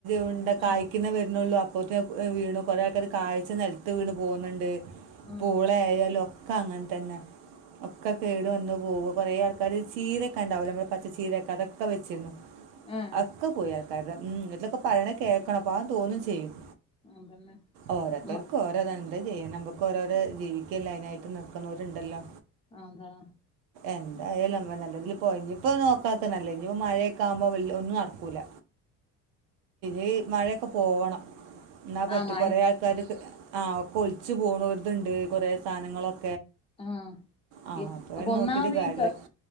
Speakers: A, on the right; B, on the left.
A: ഉ കായ്ക്കുന്നേ
B: ആഹ്
A: വരുന്നുള്ളൂ കുത്തി വീണു കുറേക്കത് കായ്ച്ചത് നിലത്ത് വീണ്പോകുന്നുണ്ട്.
B: ആഹ്
A: പൂള ആയാലുംഒ ക്ക അങ്ങൻ തന്നെ ഒക്കെ കേട് വന്നു പോവും കുറെ ആൾക്കാർ ചീരൊക്കെ ണ്ടാവില്ലോ മ്മടെ പച്ചച്ചീരൊക്കെ അതൊക്കെ വെച്ചിരുന്നു
B: ഏഹ്
A: അ ഒക്കെ പോയി ആൾക്കാര്തെ ഉം ഇതൊക്കെ പറയണ കേക്കണം പാവം തോന്നും ചെയ്യും
B: അതന്നെ
A: ഓരോത്തർക്ക്
B: മ
A: ഓരോ തന്ന എന്ത് ചെയ്യാൻ അമ്മക്ക് ഓരോര ജീവിക്കല്ല അതിനായിട്ട് നിർക്കുന്നവരുണ്ടല്ലോ
B: അതാ
A: എന്തായാല നല്ലതില് പോയി ഇനി ഇപ്പോ നോക്കാത്ത നല്ല ഇനിപ്പോ മഴയക്കെ ആകുമ്പോ വ ഒന്നും നടക്കൂല ഈ മഴയൊക്കെ പോവണം ന്നാ പറ്റും
B: ആഹ് മയ
A: കൊറേ ആൾക്കാര്ക്ക് ആ ഒക്കെ ഒലിച്ച് പോണ ഒര്തുണ്ട് കുറെ സാധനങ്ങളൊക്കെ
B: ആഹ്
A: ആ
B: ഇപ്പൊ
A: അപ്പൊ അതിന്
B: പ്പൊന്നാമത്
A: നോക്കിയിട്ട് കാര്യമില്ല
B: ഈ